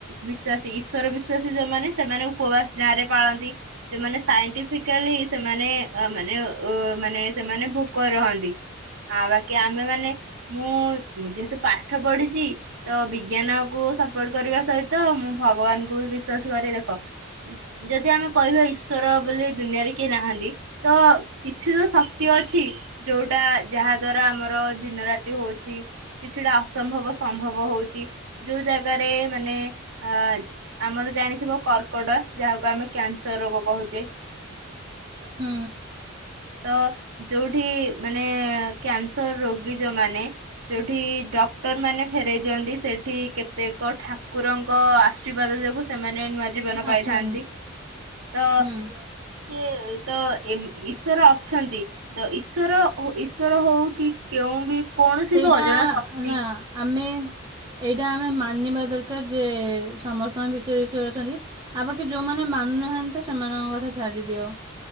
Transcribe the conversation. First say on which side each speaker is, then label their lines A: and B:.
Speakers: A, on the right (about 75°); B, on the right (about 20°).
A: ବିଶ୍ଵାସୀ ଈଶ୍ଵର ବିଶ୍ଵାସୀ ଯୋଉମାନେ ସେମାନେ ଉପବାସ ନାଁ ରେ ପାଳନ୍ତି। ଯୋଉମାନେ ସାଇଣ୍ଟିଫିକାଲି ସେମାନେ ଅ ମାନେ ଉ ମାନେ ସେମାନେ ଭୋକରେ ରହନ୍ତି ଆ ବାକି ଆମେମାନେ ମୁଁ ଯେହେତୁ ପାଠ ପଢିଛି ତ ବିଜ୍ଞାନକୁ ସପୋର୍ଟ କରିବା ସହିତ ମୁଁ ଭଗବାନଙ୍କୁ ବି ବିଶ୍ୱାସ କରି ଦେଖ ଯଦି ଆମେ କହିବା ଈଶ୍ୱର ବୋଲି ଦୁନିଆରେ କିଏ ନାହାନ୍ତି? ତ କିଛି ତ ଶକ୍ତି ଅଛି। ଯୋଉଟା ଯାହା ଦ୍ଵାରା ଆମର ଦିନ ରାତି ହଉଛି। କିଛିଟା ଅସମ୍ଭବ ସମ୍ଭବ ହଉଛି ଯୋଉ ଜାଗାରେ ମାନେ ଅ ଆମର ଜାଣିଥିବା କର୍କଟ ଯାହାକୁ ଆମେ କ୍ୟାନସର ରୋଗ କହୁଚେ।
B: ହୁଁ।
A: ତ ଯୋଉଠି ମାନେ କ୍ୟାନସର ରୋଗୀ ଯୋଉମାନେ ଯୋଉଠି ଡକ୍ଟର ମାନେ ଫେରଇ ଦିଅନ୍ତି ସେଠି କେତେକ ଠାକୁରଙ୍କ ଆଶୀର୍ବାଦ ଯୋଗୁ ସେମାନେ ନୂଆ ଜୀବନ ପାଇଥାନ୍ତି
B: ଆସିବନି
A: ତ
B: ହୁଁ
A: କିଏ ତ ଏମୀ ଈଶ୍ୱର ଅଛନ୍ତି ତ ଈଶ୍ୱର ଓ ଈଶ୍ୱର ହଉ କି କେଉଁ ବି କୌଣସି
B: ସେଇଟା
A: ବି ଅଜଣା ଶକ୍ତି
B: ନା ଆମେ ଏଇଟା ଆମେ ମାନିବା ଦରକାର ଯେ ସମସ୍ତଙ୍କ ଭିତରେ ଈଶ୍ୱର ଅଛନ୍ତି। ଆଉ ବାକି ଯୋଉମାନେ ମାନୁନାହାନ୍ତି ତ ସେମାନଙ୍କ କଥା ଛାଡି ଦିଅ।